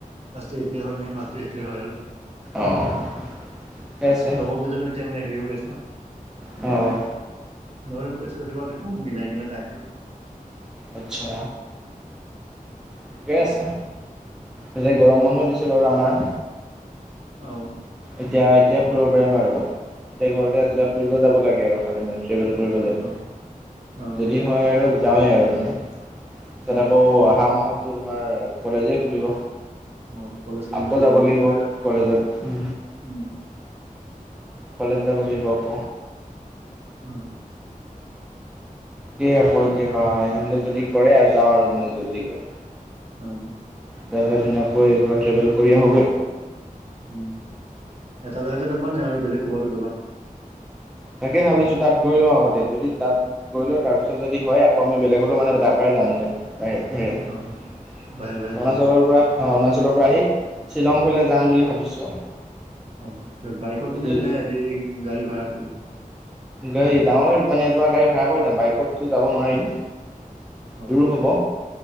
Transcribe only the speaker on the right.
আষ্ট এতি ন হৰে আৰু
লগ কি ন তমে হেৰিওছ ন
ন কৰিছো সিত গম মিলাই কিনে টাইমটো
উম
অঁ
অ অ
অ
অ কলেজ চলেজতো
নহবই
আৰু
উম
উম।
অ।
উম এটা জেগাতে যাবা নে আৰু বেলেগ ক'ৰবাতো যাবা।
অ বাহে বাহে
যাবা তাতে
অ, কিহত বাইকত
নে, নে, হেৰি গাড়ী ভাড়া কৰি
অ